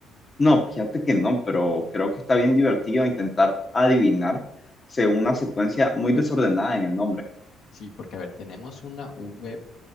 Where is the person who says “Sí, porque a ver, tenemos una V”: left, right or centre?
Left